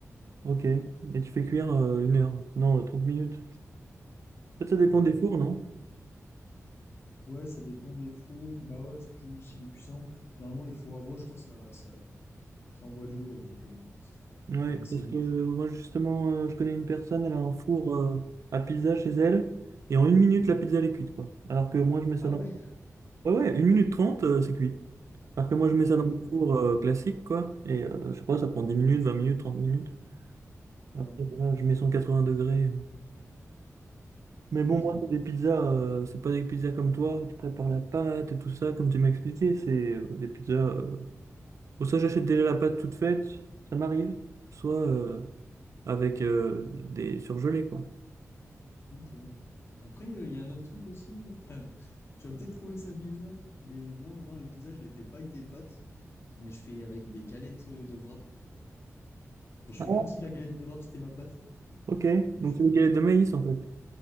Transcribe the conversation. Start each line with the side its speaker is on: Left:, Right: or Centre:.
Right: Ok. Et tu fais cuire euh, une heure. Non, euh, 30 minutes. Peut-être ça dépend
Left: Ouais,
Right: des
Left: ouais.
Right: fours, non?
Left: Ouais, ça dépend des fours. Bah ouais, c'est plus s'il est puissant. Généralement, les fours à bois, je crois, ça, ça, ça envoie du lourd, donc euh,
Right: Ouais,
Left: ça va assez
Right: parce
Left: vite.
Right: que moi justement, euh, je connais une personne, elle a un four euh, à pizza chez elle, et en une minute, la pizza elle est cuite, quoi. Alors que moi, je mets ça
Left: Ah
Right: dans...
Left: ouais?
Right: Ouais, ouais, une minute trente, euh, c'est cuit. Alors que moi, je mets
Left: Ah
Right: ça
Left: ouais.
Right: dans mon four euh, classique, quoi, et euh, je sais pas, ça prend 10 minutes, 20 minutes, 30 minutes.
Left: Ouais.
Right: Après, voilà, je mets 180 degrés. Mais bon,
Left: Ok,
Right: moi, c'est des pizzas, euh, c'est pas des pizzas comme toi, où tu prépares la pâte et tout ça, comme tu m'as expliqué, c'est euh, des pizzas... Euh... Bon, soit j'achète déjà la pâte toute faite, ça m'arrive, soit euh, avec euh, des surgelés, quoi.
Left: ok. Après, euh, il y a un autre truc aussi. Enfin, tu vas peut-être trouver ça bizarre, mais moi, maintenant, les pizzas, je les fais pas avec des pâtes, mais je fais avec des galettes euh, de wrap. Genre, je
Right: Ah,
Left: fais
Right: ouais.
Left: comme si la galette de wrap, c'était ma pâte.
Right: ok.
Left: Et
Right: Donc
Left: je fais,
Right: c'est des galettes de maïs en fait.